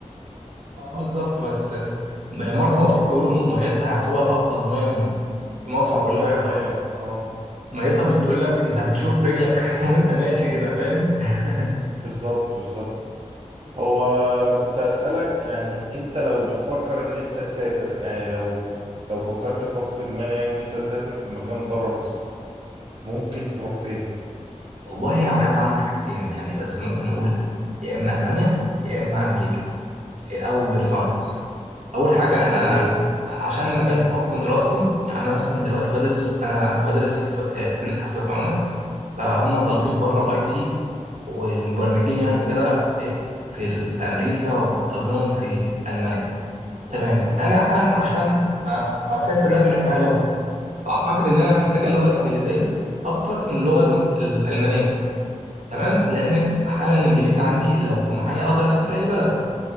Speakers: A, on the right; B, on the right.
A: اه بالظبط بس مرسى مطروح بيقولوا ميتها يعتبر افضل ميه من- في مصر
B: افضل
A: كلها يعتبر
B: مكان اه
A: ميتها بتقول لك انت بتشوف رجلك <laughs> وانت ماشي كده فاهم؟ <laughs>
B: بالظبط بالظبط هو كنت أسألك يعني انت لو بتفكر ان انت تسافر يعني لو لو فكرت في وقت ما يعني ان انت تسافر في مكان بره مصر ممكن تروح فين؟
A: والله يعني أنا عندي حاجتين يعني بس ممكن نقول يا إما ألمانيا يا إما أمريكا أو بريطانيا
B: امم
A: مثلا أول حاجة أنا
B: ايه
A: عشان مجال
B: امم
A: حكم دراستي يعني أنا مثلا دلوقتي بدرس أنا بدرس حساب في كلية حاسبات معلومات فهم
B: امم
A: طالبين بره الأي تي والمبرمجين يعني وكده إيه في ال... في أمريكا وطالبينهم في ألمانيا تمام
B: امم
A: أنا حالا عشان أ- أسافر لازم يبقى معايا لغة فأعتقد إن أنا محتاج
B: صح
A: اللغة الإنجليزية أكتر من اللغة الم- الألمانية تمام لان حالا الانجليزي عندي لو معايا اقدر اسافر اي بلد